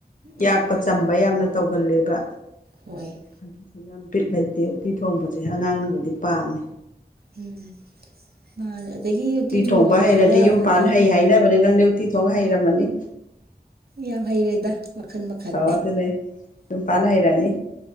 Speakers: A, on the right (about 70°); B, on the left (about 50°).
A: ꯎꯝ
B: ꯌꯥꯛꯄ ꯆꯝꯕ ꯌꯥꯝꯅ ꯇꯧꯒꯜꯂꯦꯕ
A: ꯍꯣꯏ
B: ꯑꯗꯨꯗꯨꯅ ꯕꯤꯠ ꯂꯩꯇꯦ ꯎꯇꯤ ꯊꯣꯡꯕꯁꯦ ꯑꯉꯥꯡꯅꯕꯨꯗꯤ ꯄꯥꯝꯃꯦ
A: ꯎꯝ ꯃꯥ <unintelligible> ꯑꯗꯒꯤ ꯎꯇꯤ ꯊꯣꯡꯕꯁꯦ
B: ꯊꯣꯡꯕ ꯍꯩꯔꯗꯤ
A: ꯈꯔ
B: ꯌꯨꯝ
A: ꯑꯃꯅ
B: ꯄꯥꯟ ꯍꯩ ꯍꯥꯏꯅꯕꯅꯦ ꯅꯪꯗꯤ ꯎꯇꯤ ꯊꯣꯡ ꯍꯩꯔꯝꯃꯅꯤ
A: ꯌꯥꯝ ꯍꯩꯔꯦꯗ ꯃꯈꯜ ꯃꯈꯜ
B: ꯑꯧ ꯑꯗꯨꯅꯦ ꯌꯨꯝ ꯄꯥꯟ ꯍꯩꯔꯅꯤ